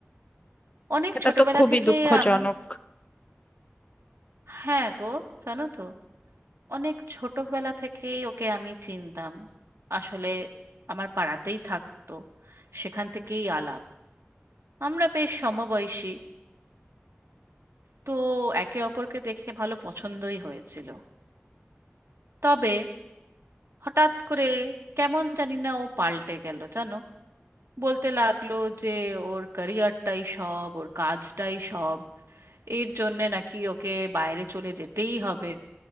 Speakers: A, on the right; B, on the left.
A: অনেক
B: এটা
A: ছোটবেলা
B: তো খুবই
A: থেকেই
B: দুঃখজনক
A: আমি হ্যাঁ গো জানো তো অনেক ছোটবেলা থেকেই ওকে আমি চিনতাম আসলে আমার পাড়াতেই থাকতো সেখান থেকেই আলাপ আমরা বেশ সমবয়সী তো একে অপরকে দেখে ভালো পছন্দই হয়েছিল তবে হঠাৎ করে কেমন জানি না ও পাল্টে গেল জানো বলতে লাগলো যে ওর ক্যারিয়ারটাই সব ওর কাজটাই সব এর জন্যে নাকি ওকে বাইরে চলে যেতেই হবে